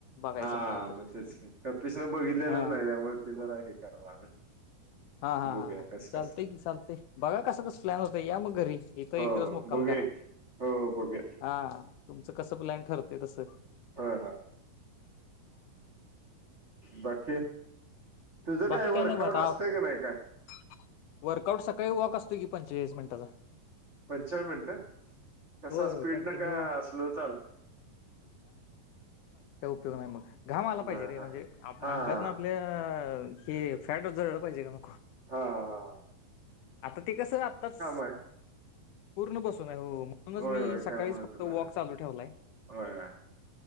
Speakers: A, on the left; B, on the right.
A: बघायचं
B: हा
A: म्हटलं तर
B: मग तेच कप्पीस म बघ लच
A: हा
B: नाही त्यामुळे ते जरा हे कराव लागल.
A: हा हा
B: बघूया
A: हा ह
B: कस
A: चालतय
B: कस
A: की चालतय बघा, कस कस प्लॅन होतय. या मग घरी इथ एक
B: हो हो
A: दिवस मुक्काम
B: बघूया
A: करा.
B: हो हो बघूया
A: हा तुमचं कस प्लॅन ठरतेय तस.
B: हो हो बाकी तुझं
A: बाकी
B: वर्कआउट
A: काय नाही अत,
B: असतंय का नाही काय
A: वर्कआउट, सकाळी वॉक असतो की पण. तेवीस मिनटंचा.
B: पंचान मिनटं कसा
A: होय
B: स्पीड
A: कंटिन्यू
B: ना का स्लो चाल
A: त नाहीय मग. घाम आला पाहिजे
B: नाही,
A: रे
B: हा
A: म्हणजे आप
B: हा हा
A: अंगातनं आपल्या हे फॅट जळल पाहिजे का म
B: हा हा हा हा.
A: आता ते कसं आत्ताच
B: आहे
A: पूर्ण बसून आहे हो म्हणूनच
B: होय
A: मी
B: होय
A: सकाळीच
B: त्यामुळे
A: फक्त
B: तुला
A: वॉक चालू ठेवलाय.
B: होय होय